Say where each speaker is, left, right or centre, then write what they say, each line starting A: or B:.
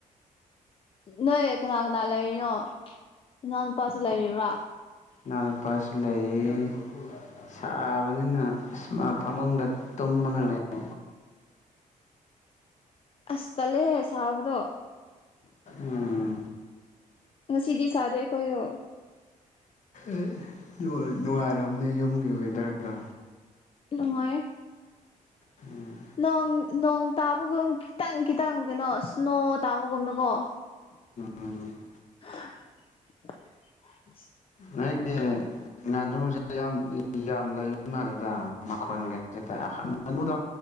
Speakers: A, on the left (about 40°); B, on the left (about 55°).
A: ꯅꯣꯏ ꯀꯅꯥ ꯀꯅꯥ ꯂꯩꯔꯤꯅꯣ ꯏꯅꯥꯎ ꯅꯨꯄꯥꯁꯨ ꯂꯩꯔꯤꯕ꯭ꯔꯥ
B: ꯅꯥꯎꯄꯁꯨ ꯂꯩꯌꯦ ꯁꯥ ꯅꯤꯅ ꯐꯃꯨꯡꯗ ꯇꯨꯝꯂꯒ ꯂꯩꯌꯦ
A: ꯑꯁ ꯇꯜꯂꯦ ꯍꯦ ꯁꯥꯕꯗꯣ
B: ꯎꯝ
A: ꯉꯁꯤꯗꯤ ꯁꯥꯗꯦ ꯑꯩꯈꯣꯏꯗꯣ
B: ꯑꯦ ꯅꯨꯡꯉꯥꯏꯔꯝꯅꯦ ꯌꯨꯝꯒꯤ ꯋꯦꯗꯔꯗꯣ
A: ꯅꯨꯡꯉꯥꯏ
B: ꯎꯝ
A: ꯅꯣꯡ ꯅꯣꯡ ꯇꯥꯕꯒꯨꯝ ꯈꯤꯇꯪ ꯈꯤꯇꯪ ꯀꯩꯅꯣ ꯏꯁ꯭ꯅꯣ ꯇꯥꯕꯒꯨꯝꯅꯀꯣ
B: ꯎꯝ
A: ꯍꯍ
B: ꯅꯣꯏꯒꯤ ꯅꯥꯗꯨꯁꯦ ꯌꯥꯝ ꯌꯥꯝ ꯂꯩꯕꯩ ꯃꯥꯜꯂꯦꯗ ꯃꯈꯣꯟꯒꯁꯦ ꯗꯨꯗꯣ